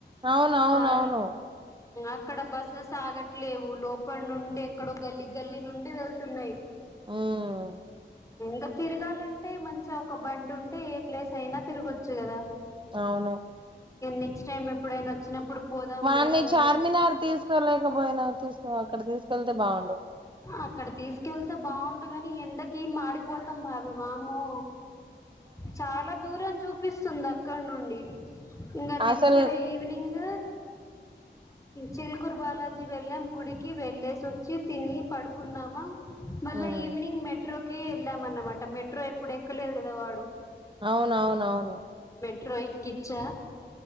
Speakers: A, on the right; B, on the left.
A: అవునవునవును
B: ఆ ఇక్కడ బస్సెస్ ఆగట్లేవు లోపల నుండి ఎక్కడో గల్లి గల్లి నుండి వెళ్తున్నాయి
A: ఉమ్
B: ఆ ఇంకా తిరగాలంటే మంచిగా ఒక బండి ఉంటే ఏ ప్లేస్ అయినా తిరగొచ్చు కదా
A: అవును
B: నెక్స్ట్ టైమ్ ఎప్పుడైనా వచ్చినప్పుడు పోదాం
A: వాడిని
B: లేరా అని
A: చార్మినార్
B: చెప్పి
A: తీసుకోలేకపోయిన తీసుకో అక్కడ తీసుకెళ్తే బాగుండు
B: అక్కడ తీసుకెళ్తే బాగుండుగాని ఎండ మాడిపోతాం బాబ వామో చాలా దూరం చూపిస్త స్తుందిక్క నుండి ఇంకా నెక్స్ట్
A: అసలు
B: డే ఈవినింగ్ చిల్కూరు బాలాజీ వెళ్ళం గుడికి వెళ్ళే వచ్చి తిని పడుకున్నామా మళ్ళ
A: ఉమ్
B: ఈవినింగ్ మెట్రో వెళ్ళామన్నమాట మెట్రో ఎప్పుడు ఎక్కులేదు కదా వాడు
A: అవునవునవును
B: ట్రైన్యేక్కిచ్చా